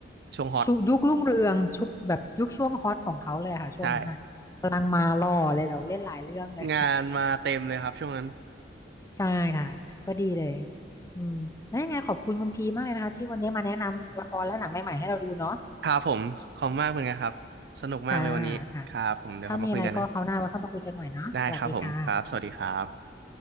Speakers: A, on the right (about 55°); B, on the left (about 15°).
A: ช่วงฮอต
B: ชุยุครุ่งเรืองชุบแบบยุคช่วงฮอตของเขาเลยอะค่ะช่วงนั้นอ่ะกำลังมาล่อเลยแบบเล่นหลายเรื่องเลย
A: ใช่งานมาเต็มเลยครับช่วงนั้น
B: ใช่ค่ะก็ดีเลยอืมแล้วยังไงขอบคุณคุณพีมากเลยนะคะที่วันนี้มาแนะนำละครและหนังใหม่ๆให้เราดูเนาะ
A: ครับผมขอบคุณมากเหมือนกันครับสนุกมากเลยวันนี้ครับผมเดี๋ยวเรามาคุยกันนะ
B: ค่ะค่ะถ้ามีอะไรก็คราวหน้าเราค่อยมาคุยกันใหม่เนาะสวัสดีค่ะ
A: ได้ครับผมครับสวัสดีครับ